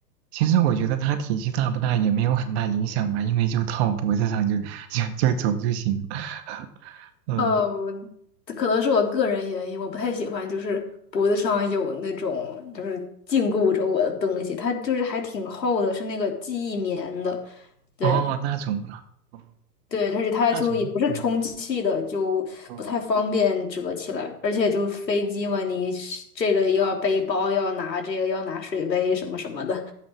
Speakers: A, on the right; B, on the left.
A: 其实我觉得它体积大不大也没有很大影响吧，因为就套脖子上就 <laughs> 就就走就行。<laughs> 嗯，
B: 哦，这可能是我个人原因，我不太喜欢，就是脖子上有那种就是禁锢着我的东西，它就是还挺厚的，是那个记忆棉的，对
A: 哦，那种啊，哦
B: 对，而且它就也不是充气的，
A: 那种，嗯，
B: 就不太方便折起来，
A: 哦
B: 而且就飞机嘛，你是这个又要背包，又要拿这个，又要拿水杯什么什么的，